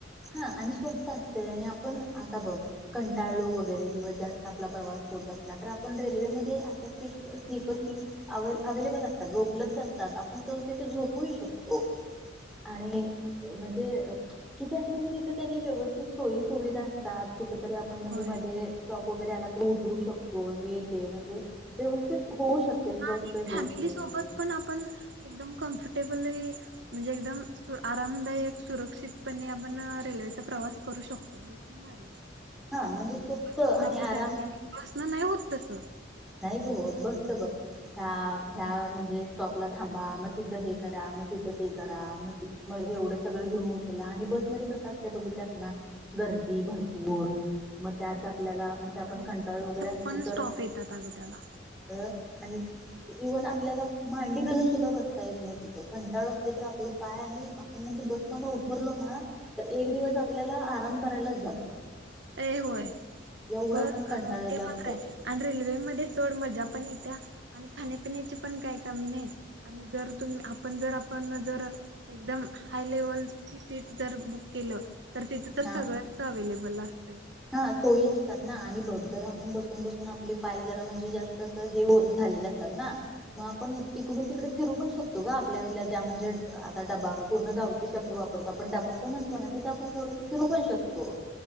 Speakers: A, in the centre; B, on the right (about 60°).
A: हा आणि स्वस्त असय आणि आपण आता बघ कंटाळलो वगैरे किंवा जास्त आपला प्रवास होत असला तर आपण रेल्वेमध्ये अश सीट स्लीपर सीट अव अवेलेबल असतात उपलब्ध असतात आपण स झोप शकतो आणि म्हणजे ठीक ये म्हणे तिथे त्यांनी व्यवस्थित सोयी सुविधा असतात. कुठेतरी आपण म्हणजे
B: होय.
A: मध्ये स्टॉप वगैरे आला तर उतरू शकतो हे ते म्हणजे व्यवस्थित होऊ शकते स्वस्त
B: हा आणि
A: हे
B: फॅमिली
A: ते
B: सोबत पण आपण एकदम कमफट टेबल म्हणजे एकदम आरामदायक सुरक्षितपणे आपण रेल्वेचा प्रवास करू शकतो हे पण भारी अ
A: हा म्हणजे स्वस्त
B: कि आप
A: आणि
B: द आपली
A: आराम
B: फॅमिली बस न नाही होत तस
A: नाही ग होत बसच बस ह्या ह्या म्हणजे स्टॉपला थांबा मग तिथं हे करा मग तिथं ते करा मग मग एवढं सगळं घेऊन उचला आणि बस मध्ये कस असतय बघितलल्यास ना गर्दी भरपूर मग त्यात
B: हो
A: आपल्याला म्हणजे आपण
B: आणि
A: कंटाळलो वगैरे
B: छप्पन
A: असलो तर
B: स्टॉप येतात अगं त्याला
A: अ आणि इव्हन आपल्याला मांडी घालून सुद्धा बसता एक नाही तिथं कंटाळ असलो तरी आपले पाय आणि आपण म्हणजे बस म उतरलो ना तर एक दिवस आपल्याला आराम करायलाच जातो.
B: ते होय
A: एवढा
B: बस
A: आपण कंटाळलेला
B: ते मात्र
A: असतो
B: आहे आणि रेल्वेम ध्ये सोड मजा पण येत्या आणि खाण्यापिण्याची पण काही कमी नाही आणि जर आपण जर आपण जर एकदम हाय लेवलची सीट जर बुक केल तर तिथ तर
A: हा
B: सगळंच अव्हेलेबल अस
A: हा सोयी असतात ना हा आणि बघ जर आपण बसून बसून आपले पाय जरा म्हणजे जास्त अस हे झालेले असतात ना मग आपण इकडून तिकडे फिरू पण शकतो ग आपल्या आपल्या ज्या म्हणजे आता डबा म पूर्ण गावठी शब्द वापरतो आपण डबा जो म्हणतो ना तिथं आपण थोडस फिरू पण शकतो.